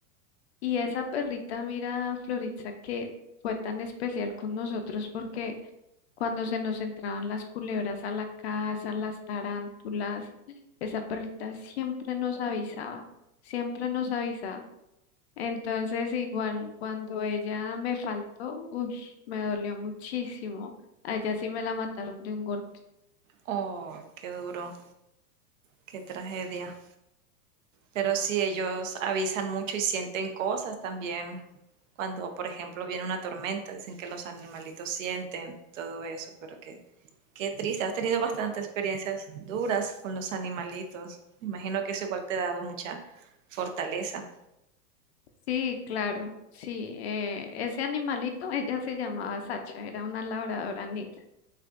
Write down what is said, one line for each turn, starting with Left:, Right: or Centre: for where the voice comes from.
Left: Y esa perrita, mira, Floritza, que fue tan especial con nosotros porque cuando se nos entraban las culebras a la casa, las tarántulas, esa perrita siempre nos avisaba, siempre nos avisaba. Entonces, igual, cuando ella me faltó, uy, me dolió muchísimo. A ella sí me la mataron de un golpe.
Right: Oh, qué duro, qué tragedia. Pero sí, ellos avisan mucho y sienten cosas también. Cuando, por ejemplo, viene una tormenta, dicen que los animalitos sienten todo eso, pero que qué triste. Has tenido bastantes experiencias duras con los animalitos. Me imagino que eso igual te ha dado mucha fortaleza.
Left: Sí, claro, sí. eh, ese animalito, ella se llamaba Sacha, era una labradora negra.